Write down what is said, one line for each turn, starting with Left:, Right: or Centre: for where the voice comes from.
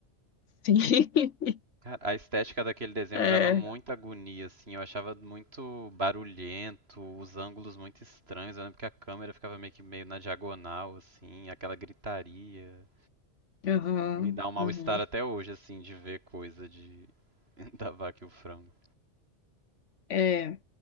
Left: Sim. <laughs>
Right: Cara, a estética daquele desenho
Left: É.
Right: me dava muita agonia, assim, eu achava muito barulhento, os ângulos muito estranhos, eu lembro que a câmera ficava meio que meio na diagonal, assim, aquela gritaria.
Left: Aham.
Right: Me dá um mal-estar
Left: Aham.
Right: até hoje, assim, de ver coisa de <laughs> da Vaca e o Frango.
Left: É.